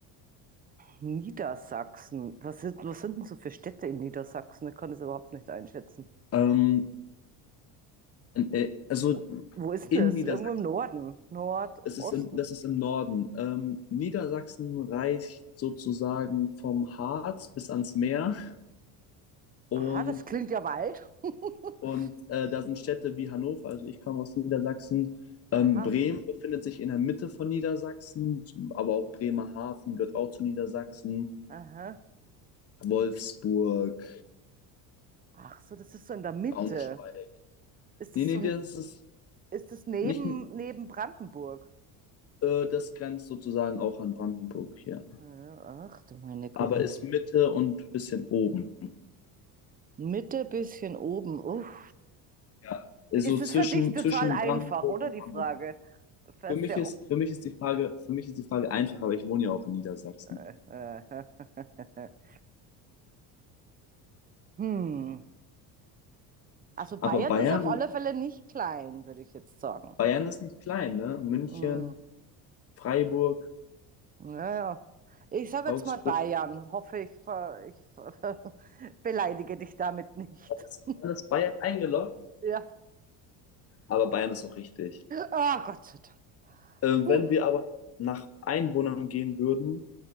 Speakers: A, on the right; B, on the left.
A: Niedersachsen. Was sind, was sind denn so für Städte in Niedersachsen? Ich kann das überhaupt nicht einschätzen.
B: Ähm, äh, also
A: Wo, wo ist
B: in
A: denn das?
B: Niedersachsen,
A: Irgendwo im Norden, Nordosten.
B: das ist im, das ist im Norden. Ähm, Niedersachsen reicht sozusagen vom Harz bis ans Meer und
A: Aha, das klingt ja weit. <laughs>
B: Und äh, da sind Städte wie Hannover, also ich komme aus Niedersachsen. Ähm,
A: Aha,
B: Bremen befindet sich in der Mitte von Niedersachsen, aber auch Bremerhaven gehört auch zu Niedersachsen.
A: aha.
B: Wolfsburg,
A: Ach so, das ist so in der Mitte.
B: Braunschweig.
A: Ist
B: Nee,
A: das
B: nee,
A: so, ein-
B: das ist
A: ist das neben,
B: nicht,
A: neben Brandenburg?
B: äh, das grenzt sozusagen auch an Brandenburg hier.
A: Ja, Ach du meine Güte.
B: Aber ist Mitte und bisschen oben.
A: Mitte, bisschen oben. Uff.
B: Ja, ist
A: Ist
B: so zwischen,
A: es für dich total
B: zwischen
A: einfach,
B: Brandenburg
A: oder
B: und
A: die
B: Hamburg.
A: Frage? Das
B: Für mich
A: ist ja
B: ist,
A: auch.
B: für mich ist die Frage, für mich ist die Frage einfach, aber ich wohne ja auch in Niedersachsen.
A: <laughs> Hm. Also
B: Aber
A: Bayern
B: Bayern
A: ist auf alle Fälle nicht klein, würde ich jetzt sagen.
B: Bayern ist nicht klein, ne? München,
A: Hm.
B: Freiburg,
A: Naja. Ich sage
B: Augsburg,
A: jetzt mal Bayern. Hoffe, ich, ver, ich ver, <laughs> beleidige dich damit nicht.
B: alles,
A: <laughs>
B: alles Bayern eingeloggt.
A: Ja.
B: Aber Bayern ist auch richtig.
A: Ah, Gott sei Dank.
B: Ähm,
A: Puh.
B: wenn wir aber nach Einwohnern gehen würden,